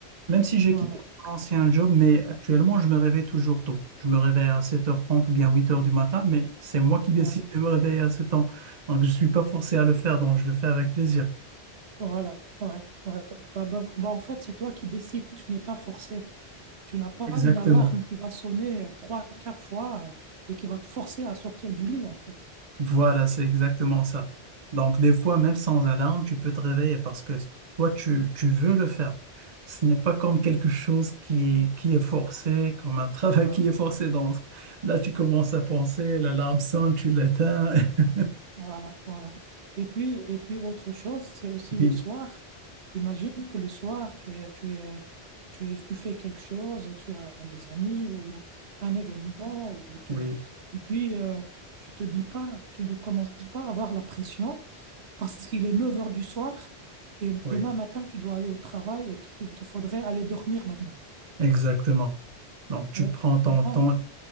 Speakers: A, on the right; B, on the right.
A: Même si j'ai
B: voilà.
A: quitté mon ancien job, mais actuellement, je me réveille toujours tôt. Je me réveille à sept heures trente ou bien huit heures du matin, mais c'est moi qui décide
B: ouais.
A: de me réveiller à ce temps. Donc, je ne suis pas forcé à le faire, donc je le fais avec plaisir.
B: Voilà, ouais, ouais. Bah, bah, bah, en fait, c'est toi qui décides, tu n'es pas forcé. Tu n'as pas
A: Exactement.
B: une alarme qui va sonner euh, trois, quatre fois euh, et qui va te forcer à sortir du lit, en fait.
A: Voilà, c'est exactement ça. Donc, des fois, même sans alarme, tu peux te réveiller parce que toi, tu, tu veux le faire. Ce n'est pas comme quelque chose qui, qui est forcé, comme un <laughs> travail
B: Voilà.
A: qui est forcé. Donc, là, tu commences à penser, l'alarme sonne, tu l'éteins. <laughs>
B: Voilà, voilà. Et puis, et puis autre chose, c'est aussi le
A: Oui,
B: soir. Imagine que le soir, tu es, tu es, tu, tu fais quelque chose, tu as des amis ou un événement, ou tu,
A: oui,
B: et puis euh, tu te dis pas, tu ne commences pas à avoir la pression parce qu'il est 9 heures du soir et demain
A: oui.
B: matin, tu dois aller au travail et qu'il te faudrait aller dormir maintenant.
A: Exactement. Donc, tu
B: Et
A: prends
B: tu
A: ton
B: comprends?
A: temps,